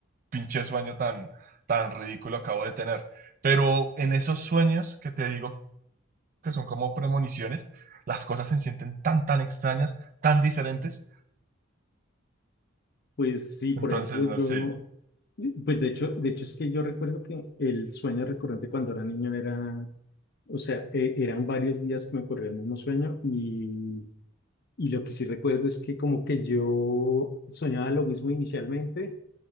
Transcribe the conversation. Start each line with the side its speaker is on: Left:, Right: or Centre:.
Right: pinche sueño tan, tan ridículo acabo de tener. Pero en esos sueños que te digo que son como premoniciones, las cosas se sienten tan, tan extrañas, tan diferentes.
Left: Pues sí, por
Right: Entonces,
Left: ejemplo,
Right: no
Left: yo,
Right: sé,
Left: pues de hecho, de hecho es que yo recuerdo que el sueño recurrente cuando era niño era, o sea, e- eran varios días que me ocurría el mismo sueño y, y lo que sí recuerdo es que como que yo soñaba lo mismo inicialmente